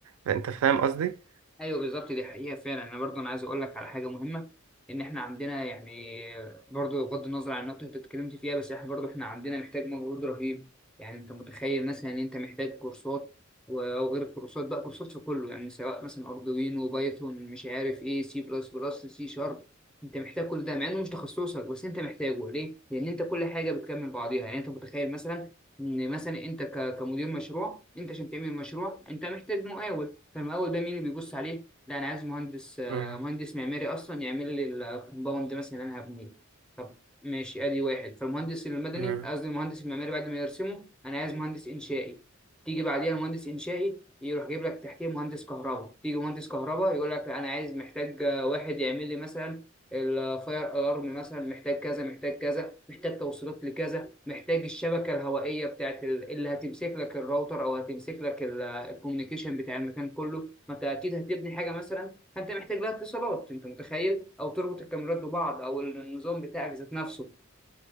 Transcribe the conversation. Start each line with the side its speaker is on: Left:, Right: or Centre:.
Right: فأنت فاهم قصدي؟
Centre: ايوه بالظبط دي حقيقه فعلا انا برضو انا عايز اقول لك على حاجه مهمه ان احنا عندنا يعني برضو بغض النظر عن النقطه اللي انت اتكلمت فيها بس احنا برضو احنا عندنا محتاج مجهود رهيب يعني انت متخيل مثلا ان انت محتاج كورسات و- وغير الكورسات بقى كورسات في كله يعني سواء مثلا اردوينو بايثون مش عارف ايه سي بلس بلس سي شارب انت محتاج كل ده مع انه مش تخصصك بس انت محتاجه ليه؟ لان انت كل حاجه بتكمل بعضيها يعني انت متخيل مثلا ان مثلا انت ك- كمدير مشروع انت عشان تعمل مشروع انت محتاج مقاول فالمقاول ده مين اللي بيبص عليه لا انا عايز مهندس آه،
Right: مم.
Centre: مهندس معماري اصلا يعمل لي الكومباوند مثلا اللي انا هبنيه طب ماشي ادي واحد فالمهندس المدني
Right: مم.
Centre: قصدي المهندس المعماري بعد ما يرسمه انا عايز مهندس انشائي تيجي بعديها مهندس انشائي يروح جايب لك تحتيه مهندس كهرباء تيجي مهندس كهرباء يقول لك انا عايز محتاج آه، واحد يعمل لي مثلا الفاير الارم مثلا محتاج كذا محتاج كذا محتاج توصيلات لكذا محتاج الشبكة الهوائية بتاعت ال- اللي هتمسك لك الراوتر أو هتمسك لك ال- الكوميونيكيشن بتاع المكان كله ما أنت أكيد هتبني حاجة مثلا فأنت محتاج لها اتصالات أنت متخيل أو تربط الكاميرات ببعض أو النظام بتاعك ذات نفسه